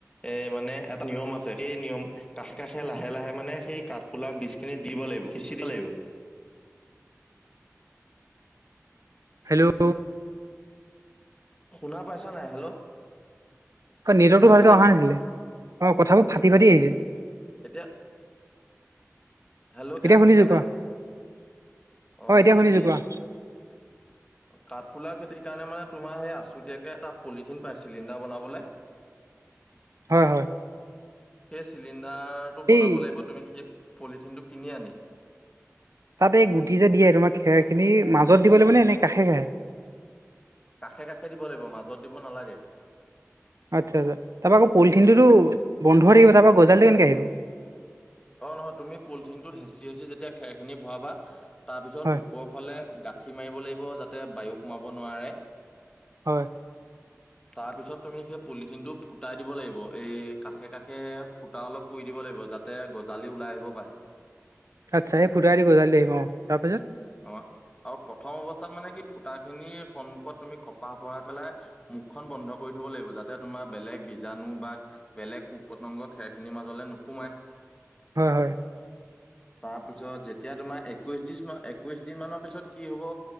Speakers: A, on the left; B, on the right.
A: এ মানে এটা নিয়ম আছে, সেই নিয়ম। কাষে, কাষে, লাহে, লাহে, মানে সেই কাঠফুলাৰ বীজ খিনি দিব লাগিব, সিঁচিব লাগিব।
B: হেল্ল'?
A: শুনা পাইছা নাই, হেল্ল'?
B: অ' নেটৱৰ্কটো
A: শুনিছানে
B: ভালকে অহা নাছিলে, অ' কথাবোৰ ফাটি ফাটি আহিছে।
A: এতিয়া হেল্ল', এতিয়া শুনিছা
B: শুনিছো
A: নে?
B: কোৱা
A: অ'
B: এতিয়া
A: মানে
B: শুনিছো
A: কি
B: কোৱা
A: কাঠফুলা খেতিৰ কাৰণে মানে তোমাৰ সেই আছুতীয়াকে এটা পলিথিন পায়, চিলিণ্ডাৰ বনাবলে। <inaudible>
B: হয়, হয়।
A: সেই চিলিণ্ডাৰটো বনাব
B: এই
A: লাগিব, তুমি সেই পলিথিনটো কিনি আনি।
B: তাতে এই গুটি যে দিয়ে তোমাৰ খেৰ খিনি, মাজত দিব লাগিবনে নে কাষে কষে?
A: কাষে কাষে দিব লাগিব মাজত দিব নালাগে।
B: আচ্ছা, আচ্ছা, তাপা আকৌ পলিথিনতোটো বন্ধ থাকিব, তাপা গজালিটো কেনেকে আহিব?
A: অ' ন তুমি পলিথিনটোত হেঁচি হেঁচি যেতিয়া খেৰখিনি ভৰাবা, তাৰপিছত
B: হয়
A: ওপৰৰ ফালে গা গাঠি মাৰিব লাগিব, যাতে বায়ু সোমাব নোৱাৰে।
B: হয়।
A: <inaudible> তাৰপিছত তুমি সেই পুলিথিনটো ফুটাই দিব লাগিব, এই কাষে কাষে ফুটা অলপ কৰি দিব লাগিব, যাতে গজালি ওলাই আহিব পাৰে।
B: আচ্ছা, সেই ফুটাই দি গজালি আহিব, অ' তাৰপিছত?
A: অ' আৰু প্ৰথম অৱস্থাত মানে কি ফুটা খিনিৰ সন্মুখত তুমি কপাহ ভৰাই পেলাই। মুখখন বন্ধ কৰি থব লাগিব, যাতে তোমাৰ বেলেগ বীজাণু বা বেলেগ পোকপতংগ খেৰ খিনিৰ মাজলে নোসোমাই।
B: হয়, হয়।
A: তাৰপিছত যেতিয়া তোমাৰ একৈশ দি, একৈশ দিন মানৰ পিছত কি হব।